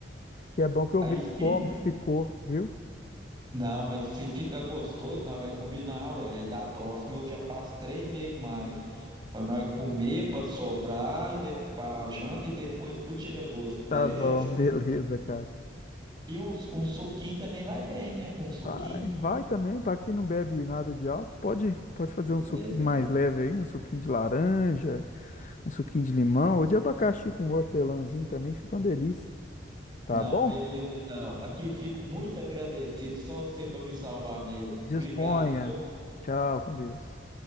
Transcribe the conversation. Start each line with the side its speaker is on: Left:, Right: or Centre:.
Left: Que é bom que eu
Right: Aí,
Left: vejo
Right: se
Left: como que ficou, viu?
Right: Não, mas se ficar gostoso, nós vai combinar, ué. E da próxima eu já faço três vezes mais. Pra nós comer, pra sobrar, e de... pra janta e depois pro tira-gosto, beleza?
Left: Tá bom, <laughs> beleza, cara.
Right: E um, um suquinho também vai bem, né? Com um suquinho.
Left: Vai, vai também, para quem não bebe nada de álcool, pode, pode fazer um suquinho
Right: É.
Left: mais leve aí, um suquinho de laranja, um suquinho de limão, ou de abacaxi com hortelãzinho também, fica uma delícia. Tá
Right: Não,
Left: bom?
Right: beleza então. Aqui fico muito agradecido, só você pra me salvar mesmo.
Left: Disponha.
Right: Obrigado, viu?
Left: Tchau, com Deus.